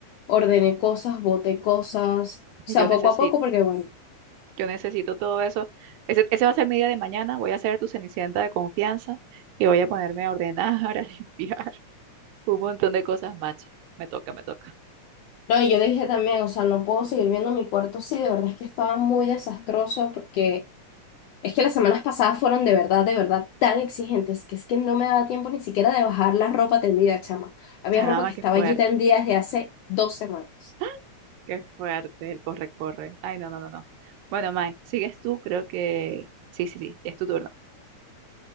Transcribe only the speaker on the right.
Yo necesito,
yo necesito todo eso. Ese, ese va a ser mi día de mañana. Voy a ser tu cenicienta de confianza y voy a ponerme a ordenar, <laughs> a limpiar, un montón de cosas, macho. Me toca, me toca.
Chama,
qué fuerte,
<gasps> qué fuerte, el corre, corre. Ay, no, no, no, no. Bueno, Mike, sigues tú, creo que... Sí, sí, sí, es tu turno.